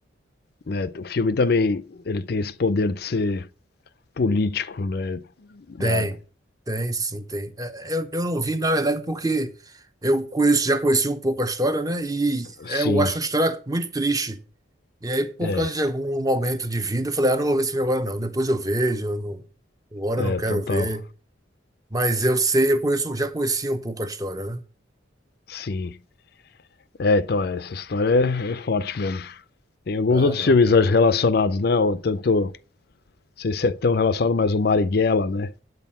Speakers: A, on the left; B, on the right.
A: né? O filme também, ele tem esse poder de ser político, né?
B: Tem,
A: Da,
B: tem, sim, tem. É, Eu, eu não vi, na verdade, porque eu conheço, já conheci um pouco a história, né? E
A: sim,
B: é, eu acho uma história muito triste. E aí, por
A: é,
B: causa de algum momento de vida, eu falei, ah, não vou ver esse filme agora, não. Depois eu vejo, eu não, agora
A: é,
B: eu não quero
A: total,
B: ver. Mas eu sei, eu conheço, já conhecia um pouco a história, né?
A: sim. É, então, é, essa história é, é forte mesmo. Tem alguns
B: Ah,
A: outros
B: não.
A: filmes relacionados, né? O Tanto, não sei se é tão relacionado, mas o Marighella, né?